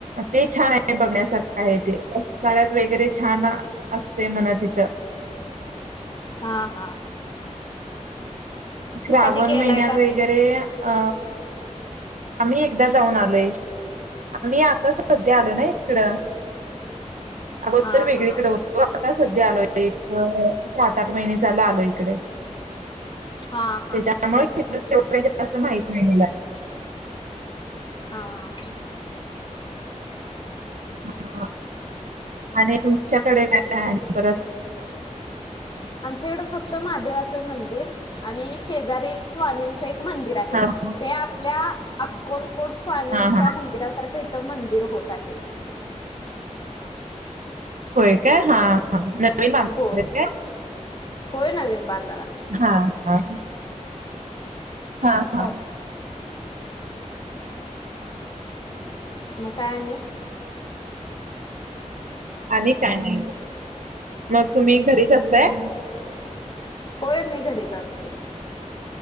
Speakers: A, on the right (about 85°); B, on the left (about 35°).
A: ते छान आहे बघण्यासारख आहे, ते काळात वगैरे छान असते म्हण तिथं.
B: हा. हा.
A: श्रावण
B: मग कधी गेलाय
A: महिन्यात
B: का
A: वगैरे
B: नाही?
A: अ आम्ही एकदा जाऊन आलोय, आम्ही आताच सध्या आलो ना इकड
B: हा
A: अगोदर वेगळीकड
B: हा
A: होतो. आता सध्या आलो, एक सात आठ महिने झाला आलो इकडे.
B: हा. हा.
A: त्याच्यामुळे तेवढं जास्त माहित नाहीला <unintelligible> <unintelligible>
B: हां.
A: ह आणि तुम <unintelligible> <unintelligible> त्याच्याकडे काय आहे आणि परत?
B: आमच्याकडं फक्त महादेवाचं मंदिर आणि शेजारी एक स्वामींच एक मंदिर आहे,
A: हा हा.
B: ते आपल्या अक्कलकोट स्वामींच्या
A: हा हा.
B: मंदिरासारखे मंदिर होत. ह <inaudible>
A: होय काय, हा. हा. नवीन का
B: हो
A: <unintelligible>
B: होय नवीन बांध
A: हा. हा. हा
B: असं
A: हा
B: चाल. <inaudible> मग काय आणि?
A: आणि काय नाही बग, मग तुम्ही घरी करताय?
B: होय, मी घरीच असते.